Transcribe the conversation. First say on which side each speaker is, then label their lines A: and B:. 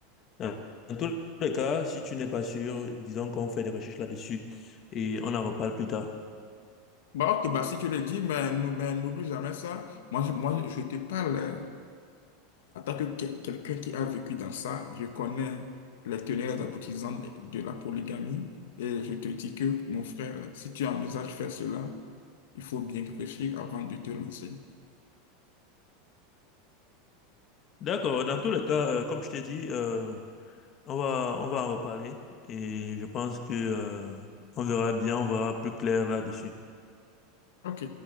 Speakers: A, on the left (about 25°); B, on the left (about 80°).
A: Dans, dans tous les cas, si tu n'es pas sûr, disons qu'on fait des recherches là-dessus et on en reparle plus tard.
B: Bon, ok, bah, si tu le dis, mais nou- mais n'oublie jamais ça. Moi, je, moi, je te parle euh, en tant que que- quelqu'un qui a vécu dans ça. Je connais les tenants et les aboutissants de de la polygamie. Et je te dis que, mon frère, si tu envisages de faire cela, il faut bien réfléchir avant de te lancer.
A: D'accord, dans tous les cas, euh, comme je t'ai dit, euh, on va, on va en reparler et je pense que, euh, on verra bien, on verra plus clair là-dessus.
B: Ok.